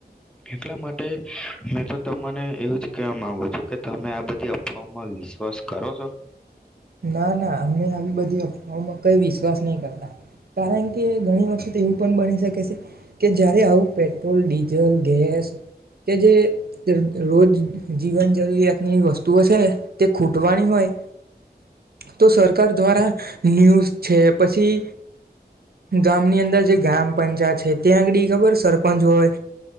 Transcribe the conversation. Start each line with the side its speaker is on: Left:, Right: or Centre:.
Centre: એટલા માટે મે તો તમને એવું જ કેહેવા માંગો છો કે તમે આ બધી અફવાઓમાં વિશ્વાસ કરો છો
Right: ના ના અમે આ બધી અફવાઓમાં કંઈ વિશ્વાસ નહીં કરતા કારણ કે ઘણી વખત એવું પણ બની શકે સે કે જ્યારે આવું પેટ ટ્રોલ ડીઝલ ગેસ કે જે દ રોજ જીવન જરૂરિયાત ની વસ્તુઓ છે તે ખૂટ વાની હોય તો સરકાર દ્વારા ન્યૂઝ છે પછી ગામની અંદર જે ગ્રામ પંચાયત છે ત્યાં આગળ ખબર સરપંચ હોય